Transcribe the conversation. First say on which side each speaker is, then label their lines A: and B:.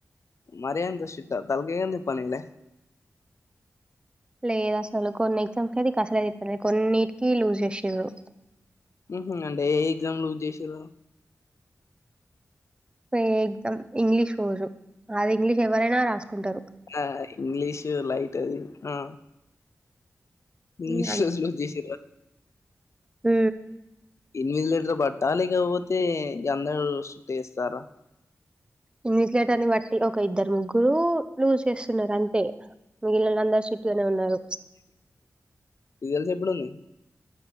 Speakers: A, on the left (about 65°); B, on the right (about 20°).
A: మరి అంత స్టిట్ ఆ తలగ ఏంది పనీలే
B: లేదు అసలు కొన్ని ఎగ్జామ్స్ అది అసలు చెప్తాలే కొన్నిటికి లూజ్ చేసేవారు
A: ఉహు అంటే ఏ ఎగ్జామ్ లూజ్ చేసిర్రు
B: ఎ ఎగ్జామ్ ఇంగ్లీష్ రోజు అది ఇంగ్లీష్ ఎవరైనా రాసుకుంటారు
A: ఆ ఇంగ్లీష్ లైట్ ఆ ఇంగ్లీష్
B: ఉమ్
A: రోజులు చేసిరా
B: మ్మ్
A: ఎనిమిది లిటర్ల బాట లేకపోతే అందరు శుద్ధి చేస్తారా
B: ఇన్విజిలేటర్ని బట్టి ఒక ఇద్దరు ముగ్గురు లూజ్ చేస్తున్నారు అంతే మిగిలిన అందరూ సిట్టుగానే ఉన్నారు
A: రిజల్ట్స్ ఎప్పుడున్నాయి